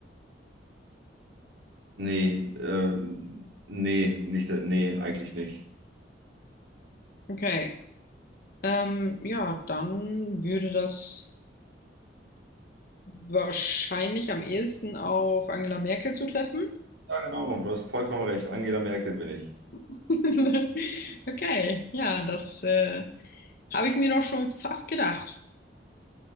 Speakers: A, on the right; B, on the left.
A: Nee, ähm, nee, nicht, nee, eigentlich nicht.
B: Okay. Ähm, ja, dann würde das. wahrscheinlich am ehesten auf Angela Merkel zu treffen.
A: Ja, genau. Du hast vollkommen recht. Angela Merkel bin ich.
B: <laughs> Okay, ja, das äh, habe ich mir doch schon fast gedacht.